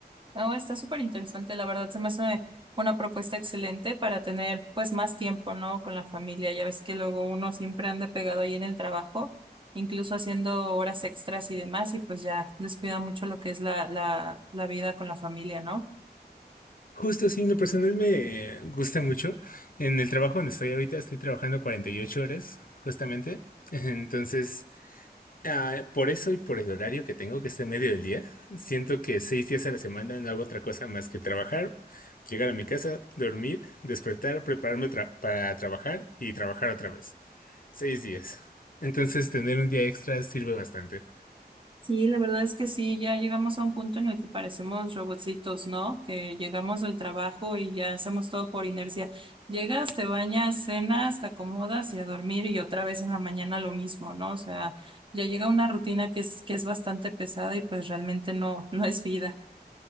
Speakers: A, on the right; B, on the left.
A: No, está súper interesante, la verdad, se me hace una propuesta excelente para tener pues más tiempo, ¿no? Con la familia, ya ves que luego uno siempre anda pegado ahí en el trabajo, incluso haciendo horas extras y demás, y pues ya descuida mucho lo que es la, la, la vida con la familia, ¿no?
B: Justo, sí, en lo personal me eh, gusta mucho. En el trabajo donde estoy ahorita estoy trabajando 48 horas, justamente. <laughs> Entonces, ah, por eso y por el horario que tengo, que está en medio del día, siento que seis días a la semana no hago otra cosa más que trabajar, llegar a mi casa, dormir, despertar, prepararme tra- para trabajar y trabajar otra vez. Seis días. Entonces, tener un día extra sirve bastante.
A: Sí, la verdad es que sí, ya llegamos a un punto en el que parecemos robotcitos, ¿no? Que llegamos del trabajo y ya hacemos todo por inercia. Llegas, te bañas, cenas, te acomodas y a dormir y otra vez en la mañana lo mismo, ¿no? O sea, ya llega una rutina que es, que es bastante pesada y pues realmente no, no es vida.